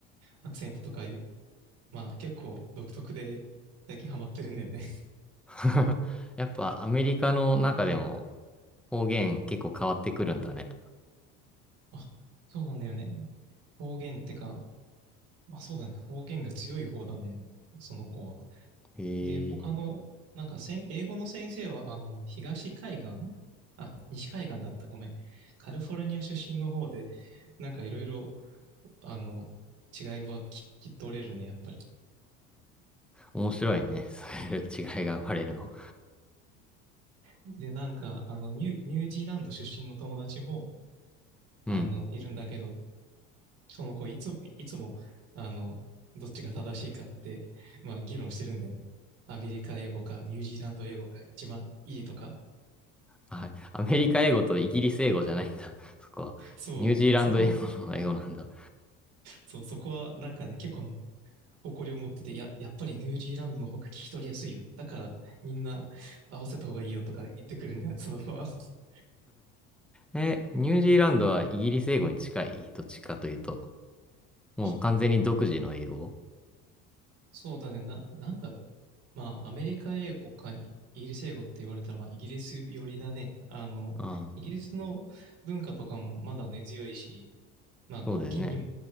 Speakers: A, on the right; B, in the centre.
A: アクセントとかいう、まあ、結構独特で、最近ハマってるんだよね。
B: <laughs> やっぱアメリカの中でも方言結構変わってくるんだね。
A: <laughs> あ、そうなんだよね。方言ってか、まあそうだね。方言が強い方だね。その子は。
B: へえ、
A: で、他の、なんかせん、英語の先生は、あの、東海岸あ、西海岸だった。ごめん。カリフォルニア出身の方で、なんかいろいろ、あの、違いはききっと取れるね、やっぱり。
B: 面白いね。そういう違いが生まれるの。
A: で、なんか、あの、ニューニュージーランド出身の友達も、あの、
B: うん。
A: いるんだけど、その子、いつも、いつも、あの、どっちが正しいかって、まあ、議論してるんだよね。アメリカ英語か、ニュージーランド英語か、一番いいとか。
B: あ、アメリカ英語とイギリス英語じゃないんだ。そこは。
A: そう、
B: ニュージーランド英語の英語なんだ。
A: そこは、そう、そこは、なんかね、結構、誇りを持ってて、いや、やっぱりニュージーランドの方が聞き取りやすいよ。だから、みんな合わせた方がいいよとか言ってくるんだよ、<laughs> その子は。<laughs>
B: え、ニュージーランドはイギリス英語に近いどっちかというと。もう完全に独自の英語。
A: あ、そうだね、な、なんだろう。まあ、アメリカ英語かイギリス英語って言われたら、まあ、イギリス寄りだね。あの、
B: ああ、
A: イギリスの文化とかもまだ根強いし、まあ、国境にも
B: そうだよね。